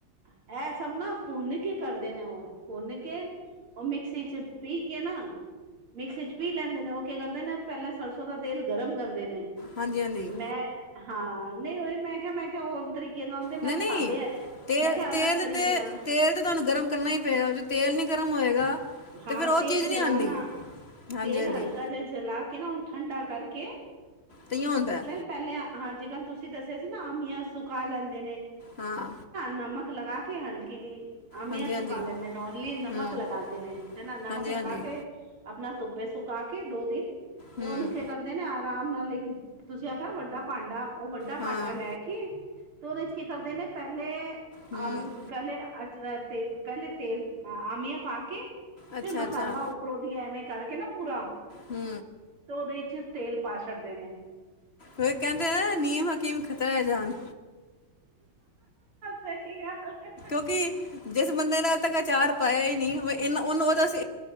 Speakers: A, on the right (about 75°); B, on the left (about 30°).
A: ਇਹ ਸਭ ਨਾ ਪੁੰਨਕੇ ਕਰਦੇ ਨੇ ਹੁਣ ਪੁੰਨਕੇ ਉਹ ਮਿਕਸੀ ਚ ਪੀ ਕੇ ਨਾ, ਮਿਕਸੀ ਚ ਪੀ ਲੈਂਦੇ ਨੇ ਉਹ ਕੀ ਕਰਦੇ ਨੇ ਪਹਿਲਾਂ ਸਰਸੋਂ ਦਾ ਤੇਲ ਗਰਮ ਕਰਦੇ ਨੇ,
B: ਹਾਂਜੀ ਹਾਂਜੀ
A: ਮੈਂ ਹਾਂ ਨਈ ਉਹੀ ਮੈਂ ਕਿਹਾ ਮੈਂ ਕਿਹਾ ਹੋਰ ਤਰੀਕੇ ਨਾਲ ਤੇ
B: ਨਹੀਂ
A: ਮੈਂ
B: ਨਹੀਂ
A: ਖਾ ਲਿਆ।
B: ਤੇਲ
A: ਮੈਂ ਕਿਹਾ
B: ਤੇਲ
A: ਅਲੱਗ ਤਰੀਕੇ
B: ਤਾਂ
A: ਨਾਲ
B: ਤੇਲ ਤਾਂ ਤੁਹਾਨੂੰ ਗਰਮ ਕਰਨਾ ਈ ਪਏਗਾ, ਜੋੋਂ ਤੇਲ ਨੀ ਗਰਮ ਹੋਏਗਾ।
A: ਹਾਂ
B: ਤੇ ਫੇਰ ਉਹ
A: ਤੇਲ
B: ਚੀਜ਼
A: ਜਲਾਨਾ
B: ਨਹੀਂ ਆਉਂਦੀ ਹਾਂਜੀ
A: ਤੇਲ
B: ਹਾਂਜੀ
A: ਹਲਕਾ ਜਿਹਾ ਜਲਾ ਕੇ ਨਾ ਉਹਨੂੰ ਠੰਡਾ ਕਰਕੇ,
B: ਤਈਓ ਹੁੰਦਾ,
A: ਪਹਿਲਿਆ ਹਾਂ ਜਿਕਾਂ ਤੁਸੀਂ ਦੱਸਿਆ ਸੀ ਨਾ ਆਮੀਆਂ ਸੁਕਾ ਲੈਂਦੇ ਨੇ,
B: ਹਾਂ,
A: ਨਮਕ ਲਗਾ ਕੇ ਹਲਕੀ ਜਿਹੀ ਆਮੀਆਂ
B: ਹਾਂਜੀ
A: ਸੁਕਾ
B: ਹਾਂਜੀ
A: ਲੈਂਦੇ ਨੇ ਓਨਲੀ ਨਮਕ
B: ਹਮ
A: ਲਗਾਦੇ ਨੇ, ਹਨਾ ਨਮਕ
B: ਹਾਂਜੀ ਹਾਂਜੀ
A: ਲਗਾ ਕੇ, ਆਪਣਾ ਧੁੱਪੇ ਸੁਕਾ ਕੇ ਦੋ ਦਿਨ ਤੇ
B: ਹਮ
A: ਉਹਨੂੰ ਕੀ ਕਰਦਾ। ਕਦੇ ਨੇ ਆਰਾਮ ਨਾਲ ਇੱਕ, ਤੁਸੀਂ ਆਖਿਆ ਵੱਡਾ ਭਾਂਡਾ ਉਹ ਵੱਡਾ
B: ਹਾਂ
A: ਭਾਂਡਾ ਲੈ ਕੇ। ਤੇ ਉਹਦੇ ਚ ਕੀ ਕਰਦੇ ਨੇ ਪਹਿਲੇ ਅ
B: ਹਮ
A: ਪਹਿਲੇ ਅ ਤੇ ਪਹਿਲੇ ਤੇਲ ਆਮੀਆਂ ਪਾ ਕੇ,
B: ਅੱਛਾ
A: ਫਿਰ ਮਸਾਲਾ
B: ਅੱਛਾ
A: ਉੱਪਰੋਂ ਦੀ ਐਵੇਂ ਕਰਕੇ ਨਾ ਪੂਰਾ
B: ਹੂੰ,
A: ਤੇ ਉਹਦੇ ਚ ਤੇਲ ਪਾ ਛੱਡਦੇ ਨੇ,
B: ਉਹ ਕਹਿੰਦੇ ਨਾ ਨਿਯਮ ਹਕੀਮ ਖ਼ਤਰਾ ਐ ਜਾਨ
A: ਸਹੀ ਗੱਲ ਏ।
B: ਕਿਉਕਿ ਜਿਸ ਬੰਦੇ ਨੇ ਉਹ ਤੱਕ ਅਚਾਰ ਪਾਇਆ ਈ ਨੀ ਇਹਨਾ ਉਹਨੂੰ ਉਹਦਾ